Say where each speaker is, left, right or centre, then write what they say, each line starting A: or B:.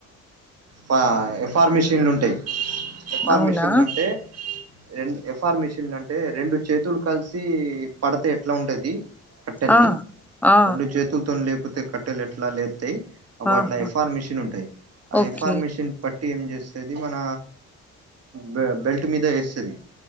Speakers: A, on the right; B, in the centre.
A: పాా ఎఫ్ఆర్ మెషిన్లు ఉంటాయి ఎఫ్ఆర్
B: అవునా
A: మెషన్లు అంటే రెం ఎఫ్ఆర్ మిషిన్లు అంటే రెండు చేతులు కలిసి పడతే ఎట్లా ఉంటది కట్టని
B: ఆ ఆ
A: రెండు చేతులతో లే లేపోతే కట్టెలు ఎట్లా లే తాయి అగ్గో
B: ఆహా
A: అట్లా ఎఫ్ఆర్ మెషిన్ ఉంటాయి ఆ
B: ఓకే
A: ఎఫ్ఆర్ మెషన్ పట్టి ఏం చేస్త ది మన బె బెల్ట్ మీద వేస్తుది